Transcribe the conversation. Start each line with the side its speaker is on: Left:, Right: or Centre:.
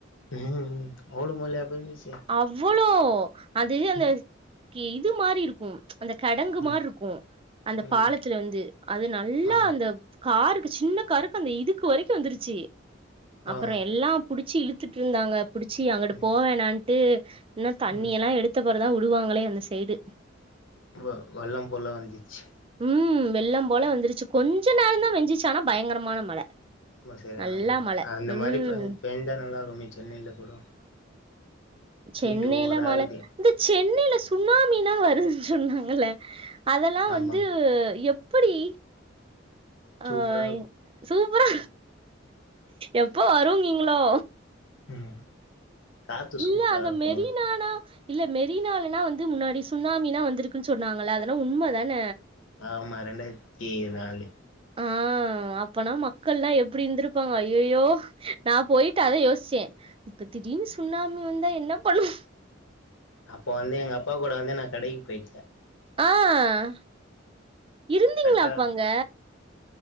Left: ம் அவ்ளோ மழையா பேஞ்சிச்சு
Right: அவ்வளோ அது அந்த..
Left: ம்
Right: கே இது மாரி இருக்கும்.. அந்த கெடங்கு மாரிருக்கும்
Left: ம்
Right: அந்த
Left: ம்
Right: பாலத்துல வந்து, அது நல்லா
Left: ஆ
Right: அந்தப். காருக்கு சின்ன காருக்கு அந்த இதுக் கு வரைக்கு வந்துருச்சி அப்பறோ
Left: ஆ ஆ
Right: எல்லா புடிச்சி இழுத் துட்ருந்தாங்க புடிச்சி அங்குட்டு
Left: ம்
Right: போவேணான் ஹு இன்னு தண்ணி
Left: ம்
Right: எல்லா எடுத்தபெறதா உ உடுவாங்களே அந்த சைடு
Left: வ வெள்ளம் போல வந்திச்சி
Right: உம் வெள்ளம் போல வந்துருச்சு கொஞ்சொ நேரந்தா பெஞ்சிச்சி ஆனா பயங்கரமான மழ
Left: அமா சரியான
Right: நல்லா
Left: மழ அந்த
Right: ம்
Left: மாரி பெ பெஞ்சா நல்லா இருக்குமே சென்னைல கூட
Right: சென்னைல
Left: ஹீட் ஓவரா
Right: மழ
Left: ஆகுது
Right: இந்த சென்னைல சுனாமினா வருதுன் சொன்னாங்கல்ல அதெல்லா
Left: ஆமா
Right: வந் து எப்புடி
Left: சூப்பரா
Right: ஆய்
Left: இருக்கு
Right: சூ அப்புறொ எப்ப வருங்கீங்களோ
Left: ம் காத்து
Right: இல்ல
Left: சூப்பரா
Right: அந்த
Left: இருக்கு
Right: மெரினானா இல்ல மெரினாலனா வந்து முன்னாடி சுனாமினா வந்திருக்குனு சொன்னாங்கள அதெல்லா உண்மதான
Left: ஆமா ரெண்டாயித் தீ நாலு
Right: ஆஹ் அப்பனா மக்கள்லா எப்புடி இருந்திருப்பாங்க அய்யயோ நா போயிட்டு அதா யோசிச்சே இப்ப திடீனு சுன்னாமி வந்தா என்ன பண்ணு
Left: அப்ப வந்து எங்க அப்பா கூட வந்து நா கடை பெய்ட்ட
Right: ஆஹ் இருந்திங்ளா
Left: கரெக்டா
Right: அப்ப அங்க